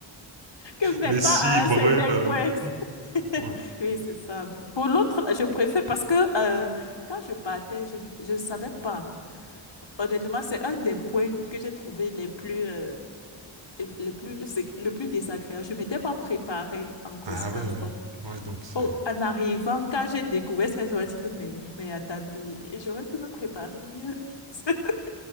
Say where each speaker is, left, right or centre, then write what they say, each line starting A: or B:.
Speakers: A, on the left; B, on the right.
A: que mais
B: Mais
A: pas
B: s'il
A: à
B: brûle.
A: un certain
B: euh,
A: point. <laughs>
B: Ouais.
A: Oui, c'est ça. Pour l'autre, là, je préfère parce que euh, quand je partais, je je ne savais pas. Honnêtement, c'est un des points que j'ai trouvé les plus, euh, les plus, c'est le plus désagréable. Je ne m'étais pas préparée en conséquence.
B: Ah, ouais, ouais.
A: Donc,
B: Ouais, donc c'est.
A: au- en arrivant, quand j'ai découvert ça, je me suis dit que mais, mais attendez, j'aurais pu me préparer mieux. <laughs>